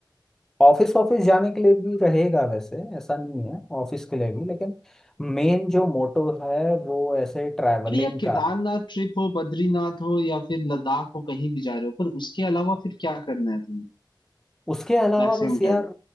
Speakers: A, in the centre; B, on the left (about 70°).
A: ऑफिस ऑफिस जाने के लिए भी रहेगा वैसे ऐसा नहीं है ऑफिस के लिए भी लेकिन मेन जो मोटो है वो ऐसे ट्रैवलिंग
B: अरे यार केदारनाथ
A: का
B: ट्रिप हो बद्रीनाथ हो या फिर लद्दाख हो कहीं भी जा रहे हो पर उसके अलावा फिर क्या करना है तुम्हें
A: उसके अलावा
B: Maximum
A: बस यार
B: time